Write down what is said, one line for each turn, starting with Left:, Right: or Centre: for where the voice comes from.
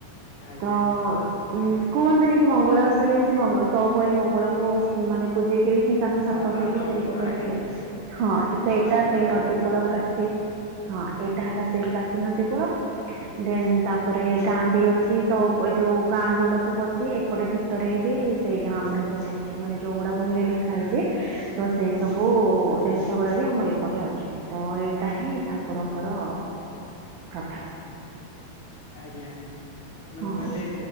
Left: ଆଜ୍ଞା
Right: ତ ଉଁ କୁହନ୍ତିନି କି ମଙ୍ଗଳାସରେଁ ସେ ତପ ମଙ୍ଗଳାଙ୍କୁ ମାନେ ପୂଜେଇ କରି ହିଁ ତାଙ୍କ ସାଥି
Left: ହଁ ସାଧବ
Right: କି ଫେରିକି
Left: ପୁଅ
Right: ପାଇଥିଲେ
Left: ଆଜ୍ଞା ଆଜ୍ଞା
Right: ହଁ ସେଇଟା
Left: ବାଣିଜ୍ୟ
Right: ସେଇ
Left: କରିବାକୁ
Right: ନଦୀ
Left: ଯାଉଥିଲେ
Right: କୂଳ ପ୍ରାଚୀ
Left: ଆଜ୍ଞା
Right: ହଁ ଏଇଟା ହେଲା ସେଇ ପ୍ରାଚୀନଦି କୂଳ। ଦେନ୍ ତାପରେ ଗାଁ ବି ଅଛି ତ ଯୋଉ ଗାଁ ଯୋଉଡା ସବୁ ଅଛି ଏପଟେ ଭି ଭିତରେ ବି ସେଇ ଗାଁ ଗୁଡା ସବୁ ଅଛି ମାନେ ଯୋଉଗୁଡା ବହିରେ ଲେଖା ହେଇଛି। ତ ସେଇ
Left: ଆଜ୍ଞା
Right: ସବୁ ଜିନିଷ ଗୁଡ଼ା ବି ଆମ ଏପଟେ ଅଛି ତ ଏ ତା ହିଁ ଠାକୁରଙ୍କର କଥା।
Left: ଆଜ୍ଞା ମ ମୁଁ
Right: ହଁ
Left: କହିଲି।